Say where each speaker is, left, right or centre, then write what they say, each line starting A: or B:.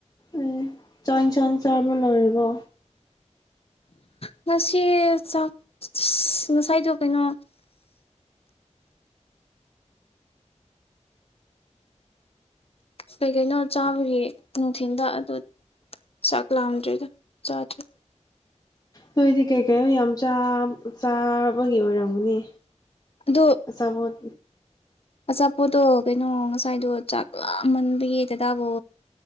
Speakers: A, on the left; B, on the left.
A: ꯎꯝ ꯆꯥꯛ ꯏꯟꯁꯥꯡ ꯆꯥꯔꯕꯥ ꯂꯣꯏꯔꯕꯣ
B: ꯉꯁꯤ ꯆꯥꯛ ꯉꯁꯥꯏꯗꯣ ꯀꯩꯅꯣ ꯀꯩ ꯀꯩꯅꯣ ꯆꯥꯕꯒꯤ ꯅꯨꯡꯊꯤꯟꯗ ꯑꯗꯨ ꯆꯥꯛ ꯂꯥꯝꯗ꯭ꯔꯤꯗ ꯆꯥꯗ꯭ꯔꯤ
A: ꯅꯣꯏꯗꯤ ꯀꯩ ꯀꯩꯅꯣ ꯌꯥꯝ ꯆꯥꯕ ꯆꯥꯕꯒꯤ ꯑꯣꯏꯔꯝꯒꯅꯤ
B: ꯑꯗꯣ
A: ꯑꯆꯥꯄꯣꯠ
B: ꯑꯆꯥꯄꯣꯠꯇꯣ ꯀꯩꯅꯣ ꯉꯁꯥꯏꯗꯣ ꯆꯥꯛ ꯂꯥꯝꯃꯟꯕꯩꯒꯤ ꯗꯥꯗꯕꯨ